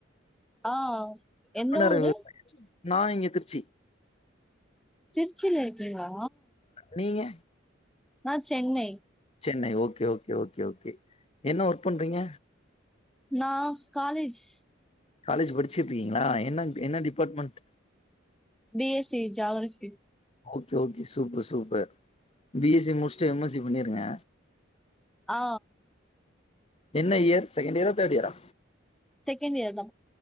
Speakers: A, in the centre; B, on the left (about 30°).
A: ஆ
B: இருந்தோ
A: எந்த ஊரு
B: நா இங்க திருச்சி
A: திருச்சில இக்கிங்ளா
B: நீங்க
A: நா Chennai
B: Chennai okay okay okay okay என்ன ஒர்க் பண்றீங்க
A: நா காலேஜ்
B: காலெஜ் படிச்சுட்ரிக்கீங்ளா என்ன என்ன department
A: BSc geography
B: okay okay super super BSc முடிச்ட்டு எம்எஸ்சி பண்ணிருங்க
A: ஆ
B: என்ன இயர் செகண்ட் இயரா தேர்ட் இயரா
A: செகண்ட் இயர் தா